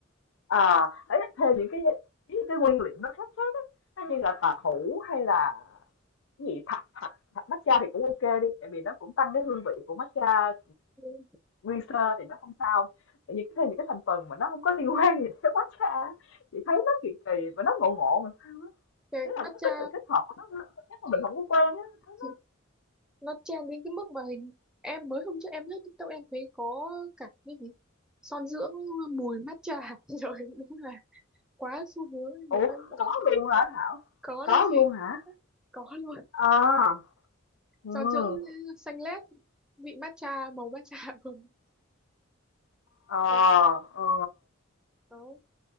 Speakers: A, on the left; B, in the centre.
A: à ấy thêm những cái những cái nguyên liệu nó khác khác á, như là tàu hũ hay là cái gì thạch thạch thạch matcha thì cũng ok đi tại vì nó cũng tăng cái hương vị của matcha
B: Ừ.
A: nguyên sơ thì nó không sao tự nhiên thêm những cái thành phần mà nó không có liên quan gì tới matcha á, chị thấy nó kỳ kỳ và nó ngộ ngộ mà sao á
B: cái
A: thế là
B: matcha
A: có cái sự kết hợp của nó chắc là mình không có quen á thấy nó
B: thì nó trend đến cái mức mà hình em mới hôm trước em lướt TikTok em thấy có cả cái gì son dưỡng mùi matcha <laughs> rồi đúng là quá xu hướng
A: ủa
B: người ta
A: có luôn hả Thảo
B: có
A: có
B: là chị
A: luôn hả
B: có luôn
A: À, ừ
B: son dưỡng xanh lét vị matcha màu matcha <laughs> cùng
A: ờ
B: lại
A: ờ
B: có